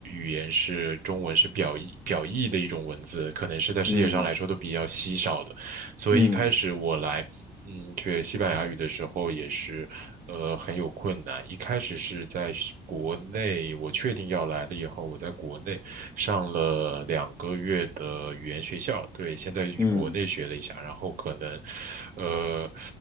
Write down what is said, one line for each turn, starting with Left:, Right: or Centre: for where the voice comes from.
Right: 语言是中文是表意表意的一种文字，可能是在世界上来说都比较稀少的。
Left: 嗯
Right: 所以一开始我来，
Left: 嗯
Right: 嗯，学西班牙语的时候也是，呃，很有困难。一开始是在是国内，我确定要来了以后，我在国内上了两个月的语言学校，对，先在国内学了一下，
Left: 嗯。
Right: 然后可能，呃。